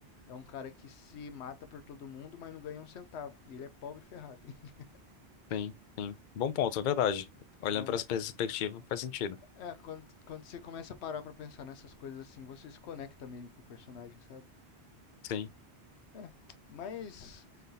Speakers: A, on the left; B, on the left.
A: É um cara que se mata por todo mundo, mas não ganha um centavo. E ele é pobre ferrado. <laughs>
B: sim, sim. Bom ponto, é verdade. Olhando
A: É.
B: para essa perspectiva, faz sentido.
A: É, quando, quando você começa a parar pra pensar nessas coisas assim, você se conecta meio com o personagem, sabe?
B: Sim.
A: É. Mas.